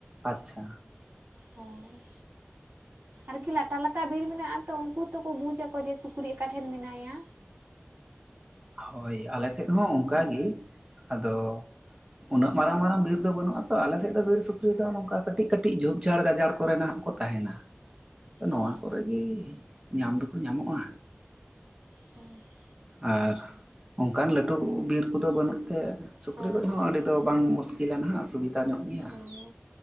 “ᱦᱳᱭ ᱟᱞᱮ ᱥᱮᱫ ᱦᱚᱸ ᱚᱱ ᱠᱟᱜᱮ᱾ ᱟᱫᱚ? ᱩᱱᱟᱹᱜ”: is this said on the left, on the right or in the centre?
Right